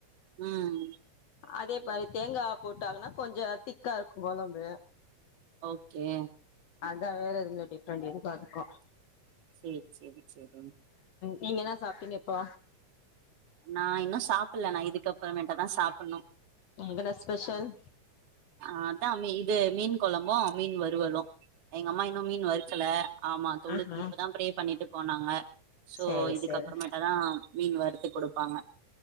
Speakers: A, on the right; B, on the left.
A: உம்
B: அதே பாதி தேங்காவ போட்டாங்கன்னா கொஞ்சோ திக்கா இருக்கும் கொலம்பு
A: ஓகே
B: வேற வேற எதுமே டிஃப்ரெண்ட் இதுக்கு அதுக்கு
A: சேரி சேரி சேர்தான்
B: நீங்கதா சாப்ட்டீங்க இப்போ
A: நா இன்னு சாப்பல நா இதுக்கப்றமேட்டு தா சாப்பனு
B: எங்கனா ஸ்பெஷல்
A: அதா இது மீன் கொழம்பு மீன் வருவலு எங்க அம்மா இன்னும் மீன் வறுக்கல ஆமா தோழி
B: ம்ஹும்
A: இப்பதா பிரே பண்ணிட்ருக்கோ நாங்க சோ
B: சேரி
A: இதுக்கப்றமேட்டதா
B: சேரி
A: மீன் வறுத்து குடுக்கனு